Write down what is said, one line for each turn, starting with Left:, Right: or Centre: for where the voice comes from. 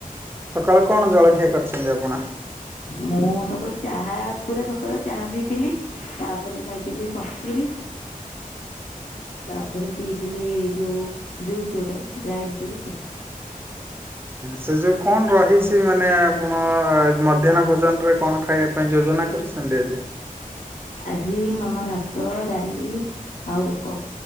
Right: ସକାଳେ କଣ ଜଳଖିଆ କରିଚନ୍ତି ଆପଣ?
Left: ମୁଁ ସକାଳୁ ଚାହା ପୁରା ସକାଳୁ ଚାହା ପିଇଥିଲି ତାପରେ ଖାଇଥିଲି ସପୁରି ତାପରେ ପିଇଥିଲି ଯୋଉ ଜୁସ୍ ଯୋଉଟା ଡ୍ରାଇଡ୍ ଜୁସ୍ ସେଟା।
Right: ସେ ଯୋଉ କଣ ରହିଚି ମାନେ ଆପଣ ମଧ୍ୟାହ୍ନ ଭୋଜନରେ କଣ ଖାଇବା ପାଇଁ ଯୋଜନା କରିଚି ନାଁ ଭେଜ୍।
Left: ଆଜି ମାମା ଭାତ ଡାଲି ଆଉ କ